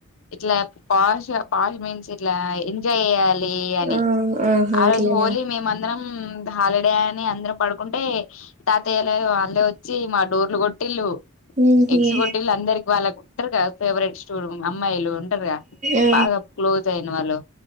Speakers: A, on the left (about 80°); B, on the right (about 35°).
A: ఇట్లా పాష్ పాష్ మీన్స్ ఇట్లా ఎంజాయ్ చెయ్యాలి లీ అని
B: ఆ ఆహా
A: ఆ
B: అట్లేనా
A: రోజు హోలీ మేమందరం హ్మ్ హాలిడే అని అందరూ పడుకుంటే తాతయ్యా లు వాళ్ళే వచ్చి మ డోర్లు కొట్టిల్లు
B: ఉమ్
A: ఎగ్స్
B: ఉహు
A: కొట్టిల్లు అందరి వాళ్ళ కుంటరు గా ఫేవరెట్ స్టూ అమ్మాయిలు ఉంటరు గా
B: ఆ
A: బాగా క్లోజ్ అయిన వాళ్ళు